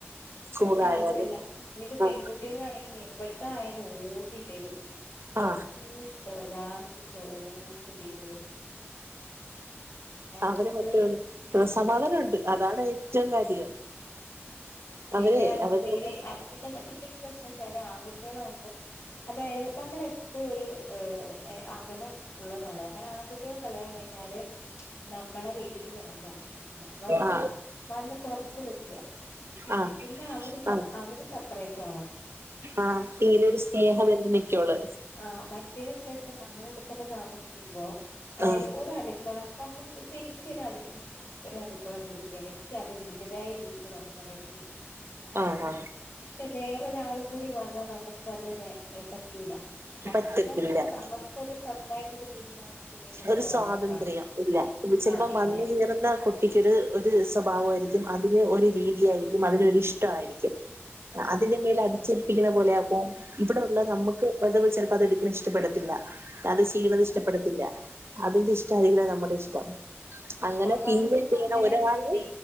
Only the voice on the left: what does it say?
പിന്നെ അതൊല്ല ഇനിപ്പോ പെൺകുട്ടി
കുട്ടികളാണെങ്കി എവിടെ ആയാലും ഓടി വരും എന്ത്
ഒരാവശ്യത്തിന് ഓടി വെരും നമുക്കൊരു
പിന്നെ
ന്നിട്ടുണ്ടെങ്കില്
പിന്നെ പിന്നെ ഒരു പ്രശ്നച്ചാല് ആൺകുട്ടികളാവുമ്പോ അതായത് നമ്മൾ എപ്പോഴും ഒരു ഏ അകലള്ളത് നല്ലത കാരണം ആൺകുട്ട കുട്ടീടെ കല്യാണം കഴിഞ്ഞാല് നമ്മളെ വീട്ടിക്ക് വരാൻ പാടില്ല വരണം
വന്ന് കൊറച്ച് നിക്കുക
പിന്നെ അവര് സ
അവര് സെപ്പറേറ്റ് ആവണം
ആഹ് മറ്റേത് എന്താ വെച്ച നമ്മള ഇടതന്നെ താമസിക്കുമ്പോ അതായത്
ഒരട്ക്കള നമ്മുക്ക് ഇപ്പൊ എനിക്കൊരടു എനിക്ക് ഒരു അടുക്കളന്ന് കിട്ടിയാല് എനിക്ക് അതിന്റേതായ രീതിയിൽ നോക്കാൻ കയിയും
പക്ഷെ വേറൊരാളും കൂടി വന്ന ന്ന നമുക്ക് അത് വെ പറ്റൂല പറ്റൂരാന്നല്ല
നമുക്കരു സ്വന്തമായിട്ടൊരു തീരുമാനം ചെയ്യാൻ പറ്റാത്തൊരവസ്ഥ
ആഹ് ഇല്ല
ആഹ്
ആഹ്
ഒന്നാമത്
ഇപ്പ അങ്ങനെ
ചിന്തി